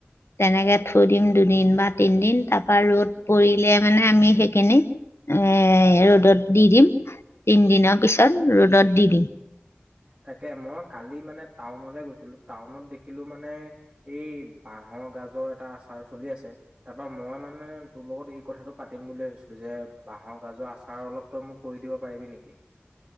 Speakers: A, on the left (about 80°); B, on the right (about 25°).
A: তেনেকে থৈ দিম দুদিন বা তিনিদিন তাৰ পৰাা ৰ'দ পৰিলে মানে আমি সেইখিনি এ ৰ'দত দি দিম তিনিদিনৰ পিছত ৰ'দত দি দিম
B: তাকে মই কালি মানে টাউনলে গৈছিলো টাউনত দেখিলো মানে এই বাহৰ গাজৰ এটা আচাৰ চলি আছে। তাৰ পৰা মই মানে তোৰ লগত এই কথাটো পাতিম বুলিয়ে ভাবিছিলো যে বাঁহৰ গাজৰ আচাৰ অলপ তই মোক কৰি দিব পাৰিবি নেকি?